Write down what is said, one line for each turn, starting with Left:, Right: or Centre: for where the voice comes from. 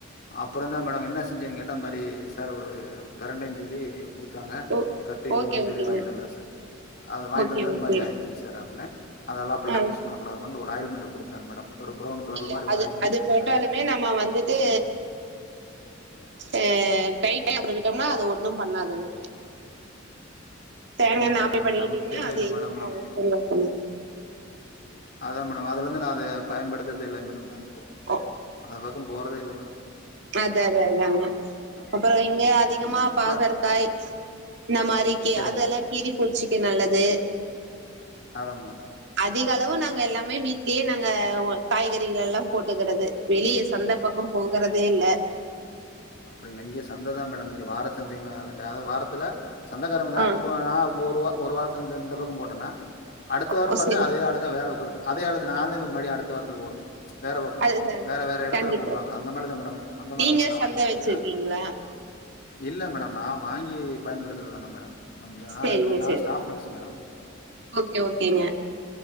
Left: அப்புறந்தா மேடம் என்ன செஞ்சேன்னு கேட்டா அந்த மாரி சார் ஒரு பெரண்டைன்னு சொல்லி குடுத்தாங்க
Right: ஓ
Left: கட்டு இருவதுரூவாஞ்சொல்லி
Right: ஓகே ஓகேங்க
Left: வாங்கிட்டு வந்த சார் அத வாங்கின்ட்டு
Right: ஓகே
Left: வந்த இது
Right: ஓகே
Left: மாரி ஆயிச்சுங்க சார் அப்டின்ன அதெல்லா அப்புல்லா
Right: ஆ
Left: யூஸ் பண்ணக்கடாதுப்பானு ஒரு ஆயில்மென்ட் குடுத்தார் மேடம் ஒரு ப்ரௌன் கலர்ல
Right: இல்ல
Left: மாரி ஒரு
Right: அது
Left: ஆயில்மெண்ட்
Right: அது
Left: குடுத்தாரு
Right: போட்டாலுமே நம்ம வந்துட்டு ஆ கைக்கு அப்ளை பண்ணிக்கிட்டோன்னா அது ஒண்ணு பண்ணாதுங்க தேங்காண்ண
Left: அப்படிங்களா
Right: அப்ளை
Left: மேடம்
Right: பண்ணிக்கிட்டீங்கன்னா
Left: நமக்கு தெரியலல்ல
Right: அது எதும்
Left: மேடம் நா
Right: தொந்தரவு பண்ணாது
Left: அதா மேடம் அதுல இருந்து நா அத பயன்படுத்துறதே இல்ல மேடம் நானு இப்போ
Right: ஓ
Left: அந்த பக்கோ போறதே இல்ல மேடம்
Right: அதா அதா அதா அப்பறோ
Left: அ.
Right: இங்க அதிகமா
Left: ம் இப்ப
Right: பாகற்க்காய் இந்த மாரிக்கி
Left: சரி
Right: அதெல்லா
Left: மேடம்
Right: கீறி பூச்சிக்கு நல்லது
Left: அதா மேடம்
Right: அதிக அளவு நாங்க எல்லாமே வீட்லயே நாங்க காய்கறிகளலா போட்டுக்கிறது வெளிய சந்தப் பக்கோ போகுறதே இல்ல
Left: அப்டிங்களா இங்க சந்ததா மேடம் இங்க வாரச் சந்தைங்க அதாவது வாரத்துல சந்தக்காரங்கனா
Right: ஆ
Left: இப்போ நா இப்ப ஒரு வா ஒரு வாரத்துல இந்த இந்த பக்கோ போட்டேனா அடுத்த வாரோ
Right: ஓ
Left: பாத்தா
Right: சரிங்க
Left: அதே ஆளுதா வேற பக்க வரு அதே ஆளுக்கு நாந்தே போயி மறுபடியு அடுத்த வாரத்துல போடுவே வேற பக்கோ
Right: அதுதா
Left: வேற வேற எடத்துல
Right: கண்டிப்பா
Left: போடுவாங்க அந்த மாரிதா மேடம் இங்க அந்த மாரி
Right: நீங்க
Left: தா மேடம் நா
Right: சந்த
Left: வாங்கிட் ருக்கறே
Right: வச்சிருக்கீங்களா
Left: இல்ல மேடம் நா வாங்கி பயன்படுத்துறது தான மேடம் நம் நா
Right: சேரிங்க
Left: இங்க நா
Right: சேர்
Left: ஸ்டாஃப் நர்ஸ் மேடம்
Right: ஓகே ஓகேங்க